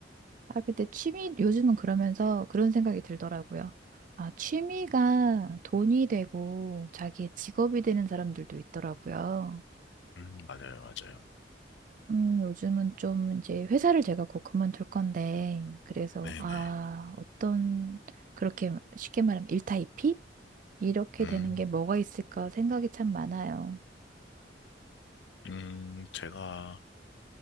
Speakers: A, on the right; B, on the left.
A: 아 근데 취미 요즘은 그러면서 그런 생각이 들더라고요. 아 취미가 돈이 되고 자기의 직업이 되는 사람들도 있더라고요.
B: 음, 맞아요, 맞아요.
A: 음, 요즘은 좀 이제 회사를 제가 곧 그만둘 건데, 그래서,
B: 네네.
A: 아, 어떤, 그렇게 쉽게 말하면 일타이피? 이렇게
B: 음,
A: 되는 게 뭐가 있을까 생각이 참 많아요.
B: 음, 제가,